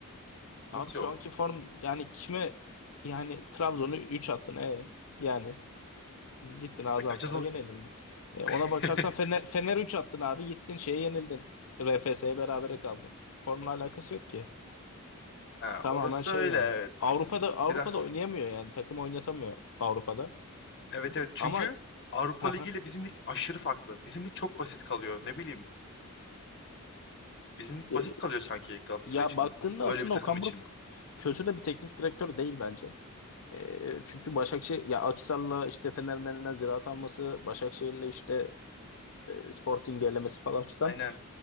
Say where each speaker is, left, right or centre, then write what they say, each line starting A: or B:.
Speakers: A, on the left (about 55°); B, on the left (about 70°).
A: nasıl
B: abi şu
A: yok?
B: anki form yani kime yani Trabzon'u 3 attın e yani Gittin ağza
A: E kaç
B: atmana
A: atalım?
B: gene yenildin. E, ona
A: <laughs>
B: bakarsan Fener, Fener 3 attın abi gittin şeye yenildin. RFS'ye berabere kaldın. Formla alakası yok ki.
A: Ha,
B: Tamamen
A: orası
B: şey
A: öyle
B: yani.
A: evet.
B: Avrupa'da Avrupa'da
A: Biraz
B: oynayamıyor yani takım oynatamıyor Avrupa'da.
A: evet evet çünkü
B: Ama <laughs>
A: Avrupa
B: hı hı.
A: Ligi ile bizim lig aşırı farklı. Bizim lig çok basit kalıyor ne bileyim. Bizim lig
B: E,
A: basit kalıyor sanki Galatasaray
B: ya
A: için.
B: baktığında
A: Bu, böyle
B: aslında
A: bir takım
B: Okan
A: için.
B: Buruk kötü de bir teknik direktör değil bence. E, çünkü Başakşehir ya Akhisar'la işte Fener'in eline Ziraat alması, Başakşehir'le işte e, Sporting elemesi falan filan
A: Aynen.